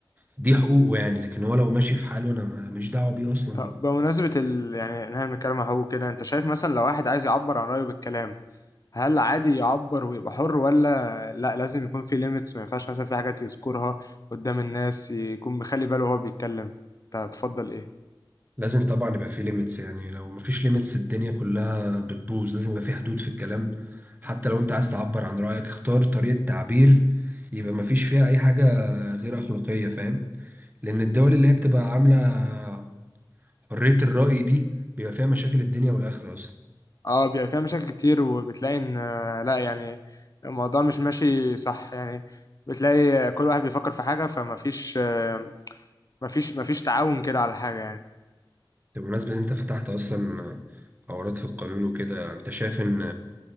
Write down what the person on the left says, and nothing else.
طب
بمناسبة ال... يعني ان احنا بنتكلم عن حقوق كده انت شايف مثلا لو واحد عايز يعبر عن رأيه بالكلام هل عادي يعبر ويبقى حر ولا لا لازم يكون في ليميتس ما ينفعش مثلا في حاجات يذكرها قدام الناس يكون مخلي باله وهو بيتكلم انت تفضل ايه
اه بيبقى فيها مشاكل كتير وبتلاقي ان آه، لا يعني الموضوع مش ماشي صح يعني بتلاقي كل واحد بيفكر في حاجة فما فيش آه، ما فيش ما فيش تعاون كده على حاجة يعني